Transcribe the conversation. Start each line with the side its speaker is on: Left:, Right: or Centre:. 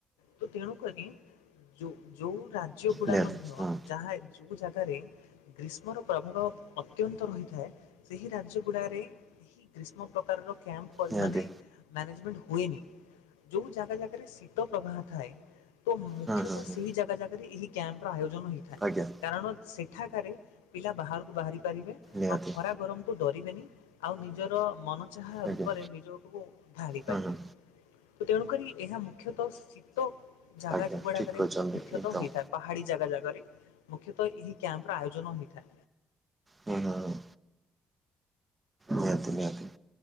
Left: ତ ତେଣୁକରି ଯୋଉ-ଯୋଉ ରାଜ୍ୟ ଗୁଡ଼ା
Right: ନିହାତି
Left: ମଧ୍ୟ
Right: ହୁଁ
Left: ଯାହା ଯୋଉ ଜାଗାରେ ଗ୍ରୀଷ୍ମର ପ୍ରଭାବ ଅତ୍ୟନ୍ତ ରହିଥାଏ, ସେହି ରାଜ୍ୟଗୁଡାରେ ଏହି ଗ୍ରୀଷ୍ମ ପ୍ରକାରର କ୍ୟାମ୍ପ ପଡ଼ି
Right: ନିହାତି।
Left: ମାନେ ମ୍ୟାନେଜମେଣ୍ଟ ହୁଏନି, ଯୋଉ ଜାଗା ଜାଗାରେ ଶୀତ ପ୍ରବାହ ଥାଏ ତ ମୁଖ୍ୟତଃ
Right: ହୁଁ ହୁଁ ହୁଁ
Left: ସେହି ଜାଗା ଜାଗାରେ ଏହି କ୍ୟାମ୍ପର ଆୟୋଜନ ହୋଇଥାଏ।
Right: ଆଜ୍ଞା।
Left: କାରଣ ସେଠାକାରେ ପିଲା ବାହାରକୁ ବାହାରି ପାରିବେ,
Right: ନିହାତି
Left: ଆଉ ଖରା ଗରମ କୁ ଡରିବେନି ଆଉ ନିଜର ମନ ଚାହା
Right: ଆଜ୍ଞା
Left: ରୂପରେ ନିଜକୁ ଭାରି ପାରିବେନି।
Right: ହୁଁ ହୁଁ
Left: ତ ତେଣୁକରି ଏହା ମୁଖ୍ୟତଃ ଶୀତ ଜାଗା
Right: ଆଜ୍ଞା
Left: ଯ ଗୁଡାକରେ
Right: ଠିକ୍ କହିଛନ୍ତି
Left: ମୁଖ୍ୟତଃ
Right: ଏକଦମ
Left: ହୋଇଥାଏ। ପାହାଡ଼ି ଜାଗା ଜାଗାରେ, ମୁଖ୍ୟତଃ ଏହି କ୍ୟାମ୍ପର ଆୟୋଜନ ହୋଇଥାଏ।
Right: ହୁଁ ହୁଁଁ। ମତି ମତି <inaudible>